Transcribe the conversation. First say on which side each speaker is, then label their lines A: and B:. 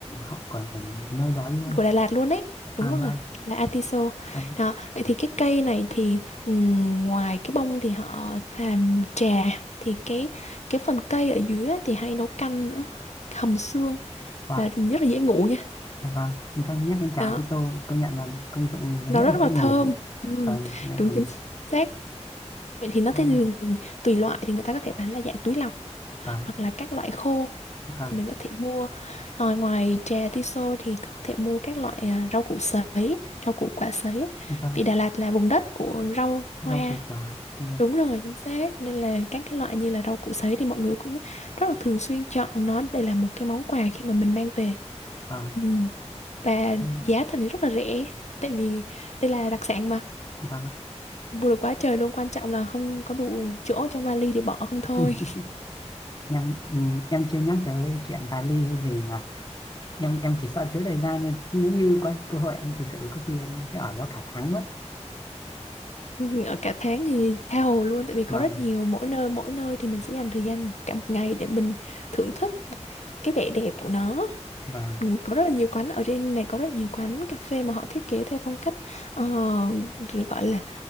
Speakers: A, on the left (about 35°); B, on the left (about 70°).
A: của, của, của nơi đó luôn
B: của Đà Lạt luôn đấy đúng
A: à
B: rồi
A: vâng
B: là atiso
A: atiso
B: đó vậy thì cái cây này thì ừm, ngoài cái bông thì họ làm trà thì cái cái phần cây ở dưới á, thì hay nấu canh nữa hầm xương
A: wow.
B: và rất là dễ ngủ nha
A: dạ vâng Nhưng con nhắc đến trà
B: đó
A: atiso công nhận là công dụng lớn
B: nó
A: nhất
B: rất
A: là
B: là
A: dễ ngủ
B: thơm Ừm,
A: vâng lại
B: đúng
A: còn
B: chính xác vậy thì nó
A: thơm
B: thế thì tùy loại thì người ta có thể bán là dạng túi lọc
A: vâng
B: hoặc là các loại khô
A: vâng
B: thì mình có thể mua Rồi ngoài trà tiso thì có thể mua các loại à, rau củ sấy rau củ quả sấy
A: vâng
B: vì Đà Lạt là vùng đất của rau hoa
A: rau củ quả vâng
B: đúng rồi chính xác nên là các cái loại như là rau củ sấy thì mọi người cũng rất là thường xuyên chọn nó để làm một cái món quà khi mà mình mang về
A: vâng
B: ừ. và
A: ừ,
B: giá thành thì rất là rẻ tại vì đây là đặc sản mà
A: vâng
B: mua được quá trời luôn quan trọng là không có đủ chỗ trong vali để bỏ không thôi
A: <laughs> em ừ, em chưa nhắc tới chuyện cà ly hay gì mà em em chỉ sợ thiếu thời gian thôi nếu như có cơ hội em thực sự có khi em sẽ ở đó cả tháng mất
B: Ừm, Ở cả tháng thì tha hồ luôn tại vì có
A: và
B: rất nhiều mỗi nơi mỗi nơi thì mình sẽ dành thời gian cả một ngày để mình thưởng thức cái vẻ đẹp của nó
A: và
B: Ừm, có rất là nhiều quán ở trên này có rất là nhiều quán cà phê mà họ thiết kế theo phong cách ờ, được gọi là